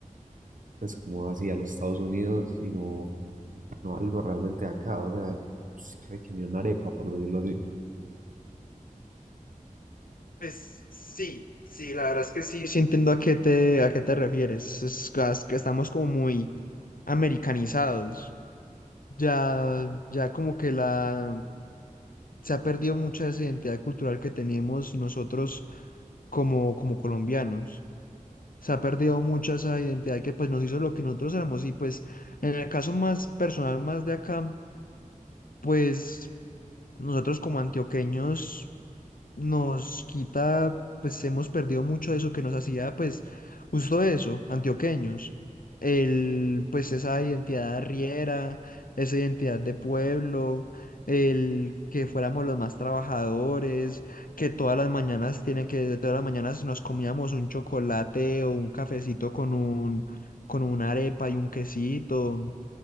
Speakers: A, on the right; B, on the left.
A: pues como así a los Estados Unidos y no, no algo realmente de acá, o sea, pues casi que ni una arepa, por decirlo así.
B: Pues sí, sí, la verdad es que Sí, sí. sí, entiendo a qué te, a qué te refieres, es que es que estamos como muy americanizados, ya, ya como que la, se ha perdido mucha de esa identidad cultural que teníamos nosotros como, como colombianos. Se ha perdido mucha esa identidad que pues nos hizo lo que nosotros éramos y pues en el caso más personal, más de acá, pues nosotros como antioqueños nos quita, pues hemos perdido mucho de eso que nos hacía, pues, justo eso, antioqueños. El, pues esa identidad riera esa identidad de pueblo, el que fuéramos los más trabajadores, que todas las mañanas tiene que, todas las mañanas nos comíamos un chocolate o un cafecito con un, con una arepa y un quesito